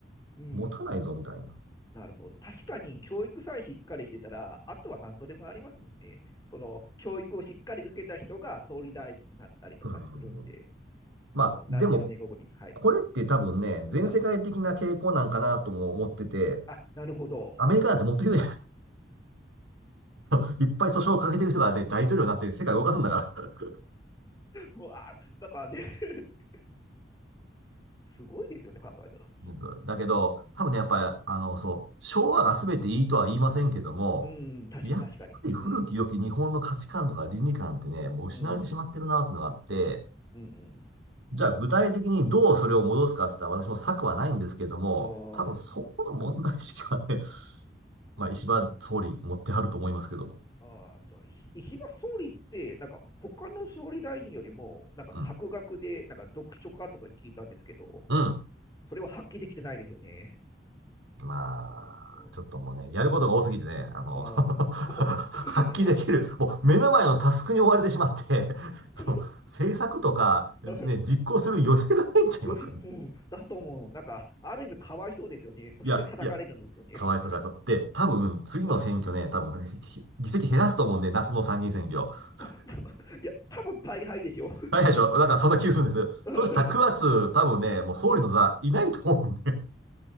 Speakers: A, on the left; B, on the right.
A: うん。
B: 持たないぞ、みたいな。
A: なるほど。確かに教育さえしっかりしてたら、あとは何とでもなりますもんね。その、教育をしっかり受けた人が総理大臣になったりとかするんで。
B: うんまあ、
A: その何十年後に、
B: でも、
A: はい。
B: これって多分ね、全世界的な傾向なんかなとも思ってて、
A: うん。あ、なるほど。
B: アメリカなんてもっとひどいじゃない <laughs> いっぱい訴訟をかけてる人がね、大統領になって世界を動かすんだから
A: うわ、だからね <laughs> すごいですよね、考えたら。
B: <laughs> だけど、多分ね、
A: うん。
B: やっぱり、あの、そう、昭和が全ていいとは言いませんけども、
A: うん、確かに確かに。
B: やっぱり古き良き日本の価値観とか倫理観ってね、
A: うん、
B: もう失われてしまってるなってのがあって、
A: うん、うん、うん。
B: じゃあ具体的にどうそれを戻すかって言ったら私も策はないんですけれども、
A: あ
B: 多分そこの問題意識はね、まあ石破総理持ってはると思いますけども。
A: <laughs> あ石、石破総理って、なんか他の総理大臣よりも、なんか博学で、
B: うん。
A: なんか読書家とか聞いたんですけど、
B: うん。
A: それは発揮できてないですよね。
B: まあ、
A: うん、
B: ちょっともうね、やることが多すぎてね、あの
A: ああ、
B: <laughs> 発揮できる、
A: もう、もう、
B: もう目の前のタスクに追われてしまって、<laughs> その政策とかね、
A: <laughs> そうあ
B: 実行する余裕がないんちゃいますかね。
A: よひ、うん、だと思う。なんか、ある意味かわいそうですよね。そして叩かれるんですよね。
B: いや、いや、かわいそうかわいそう。で、多分次の選挙ね、
A: はい。
B: 多分ひ議席減らすと思うんで、夏の参議院選挙。<laughs>
A: <laughs> いや、多分大敗でしょ。
B: 大変でしょ。なんかそんな気がするんです。
A: <laughs>
B: そうしたら9月、多分ね、もう総理の座いないと思うんで。
A: うん